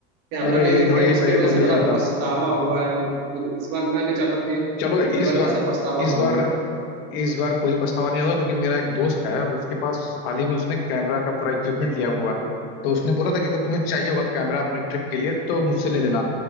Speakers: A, on the right (about 55°); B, on the left (about 80°).
A: कैमरा
B: अरे
A: नहीं
B: ये
A: ले
B: तो
A: गए
B: यही
A: उसके
B: मैं भी
A: वजह
B: बोलने
A: से बड़ा
B: जाता
A: पछतावा हुआ है और फिर इस बार मैं नहीं चाहता हूँ कि
B: चलो
A: इस
B: इस
A: बार
B: बार
A: ऐसा पछतावा
B: इस
A: हो
B: बार इस बार कोई पछतावा नहीं होगा क्योंकि मेरा एक दोस्त है उसके पास हाल ही में उसने कैमरा का पूरा इक्विपमेंट लिया हुआ है तो उसने बोला था कि अगर तुम्हें चाहिए होगा कैमरा अपने ट्रिप के लिए तो मुझसे ले लेना